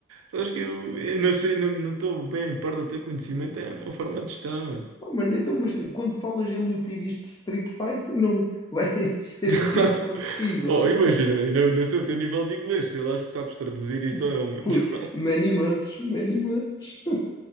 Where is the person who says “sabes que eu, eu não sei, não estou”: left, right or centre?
Right